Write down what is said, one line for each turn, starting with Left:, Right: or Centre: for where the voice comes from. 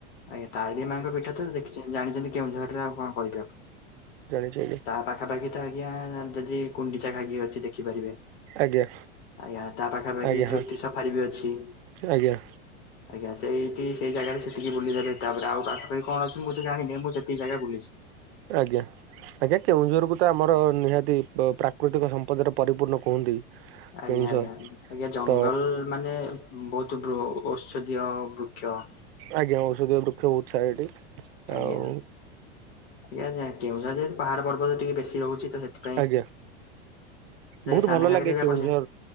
Left: ଆଜ୍ଞା ତାରିଣୀ ମାଆଙ୍କ ପୀଠ ତ ଦେଖିଚି ଜାଣିଛନ୍ତି କେଉଁଝରରେ ଆଉ କଁ କହିବ ଆପ
Right: ଜଣିଚି ଆଜ୍ଞା।
Left: ପାଖାପାଖି ତ ଆଜ୍ଞା ଯଦି କୁଣ୍ଡିଚା ଘାଗି ଅଛି ଦେଖିପାରିବେ।
Right: ଆଜ୍ଞା
Left: ଆଜ୍ଞା ତା ପାଖାପାଖି
Right: ଆଜ୍ଞା
Left: ତୃପ୍ତି
Right: ହଁ
Left: ସଫାରି ବି ଅଛି।
Right: ଆଜ୍ଞା।
Left: ଆଜ୍ଞା ସେଇଠି ସେଇ ଜାଗାରେ ସେତିକି ବୁଲିବାରେ ତାପରେ ଆଉ ପାଖାପାଖି କଣ ଅଛି ମୁଁ ତ ଜାଣିନି ମୁଁ ସେତିକି ଜାଗା ବୁଲିଚି।
Right: ଆଜ୍ଞା ଆଜ୍ଞା କେଉଁଝର ବିତ ଆମ ଓଃ ନିହାତି ପ ପ୍ରାକୃତିକ ସମ୍ପଦରେ ପରିପୂର୍ଣ୍ଣ କୁହନ୍ତି।
Left: ଆଜ୍ଞା
Right: କେଉଁଝର
Left: ଆଜ୍ଞା ଆଜ୍ଞା ଜଙ୍ଗଲ୍
Right: ତ
Left: ମାନେ ବହୁତ ବ୍ରୋ ଔଷଧୀୟ ବୃକ୍ଷ
Right: ଆଜ୍ଞା ଔଷଧୀୟ ବୃକ୍ଷ ବୁଛା ଏଠି।
Left: ଆଜ୍ଞା
Right: ଆଉ
Left: ଆୟା ଯା କେଉଁଝର ଯେହେତୁ ପାହାଡ ପର୍ବତ ଟିକେ ବେଶୀ ରହୁଛି ତ ସେଥି
Right: ଆଜ୍ଞା ବହୁତ୍
Left: ସାନ
Right: ଭଲ
Left: ଘାଗରା
Right: ଲାଗେ
Left: ବି
Right: କେଉଁଝର।
Left: ଆପଣ ଯା